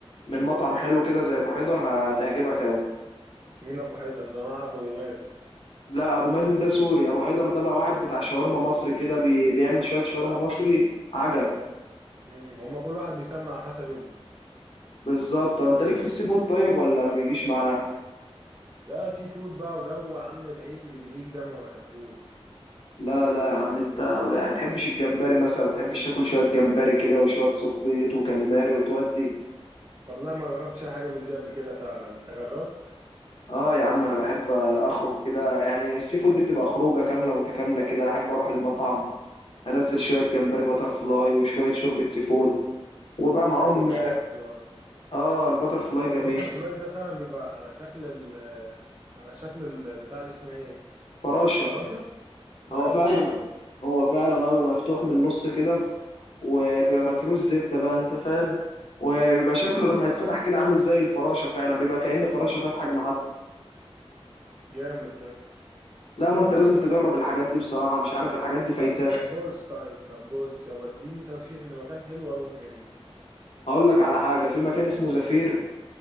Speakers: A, on the left; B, on the right.
A: من مطعم حلو كده زي ابو حيدر هتعجبك قوي
B: مين ابو حيدر ده انا اعرف ابو مازن
A: لا ابو مازن ده سوري ابو حيدر ده بقى واحد بتاع شاورما مصري كده بي... بيعمل
B: اه
A: شويه شاورما
B: فعلا
A: مصري عجب
B: امم هما كل واحد بيسمي على حسب ابنه
A: بالظبط آه، انت ليك في السي فود طيب ولا ما بيجيش معاه
B: لا سي فود بقى وجو يا عم بهيج اللي بيهيج ده ما بحبوش
A: لا لا يا عم انت يعني تحبش الجمبري مثلا تحبش تاكل شويه جمبري كده وشويه صبيط وكاليماري وتودي
B: والله ما جربتش اي حاجة من دي قبل كده فعلا انت جربت
A: اه يا عم انا بحب اخرج كده يعني السي فود دي بتبقى خروجه كامله متكامله كده احب اروح المطعم انزل شويه جمبري بتر فلاي وشويه شوربه سي فود وبقى معاهم
B: حلو البتر فلاي
A: اه البتر فلاي جميل
B: هو البتر فلاي ده فعلا بيبقى على شكل ال على شكل البتاع دي اسمها ايه
A: فراشه
B: الفراشة بجد
A: هو فعلا
B: والله
A: هو فعلا اه بيبقى مفتوح من النص كده وبيبقى متروس زبده بقى انت فاهم وبيبقى شكله لما يتفتح كده عامل زي الفراشه فعلا بيبقى كأن فراشه فاتحه جناحات
B: جامد ده
A: لا ما انت لازم تجرب الحاجات دي بصراحه مش عارف الحاجات دي فايتاه
B: طب طب بص طيب طب بص يابا اديني ترشيح لمكان حلو اروح منه
A: هقول لك على حاجه في مكان اسمه زفير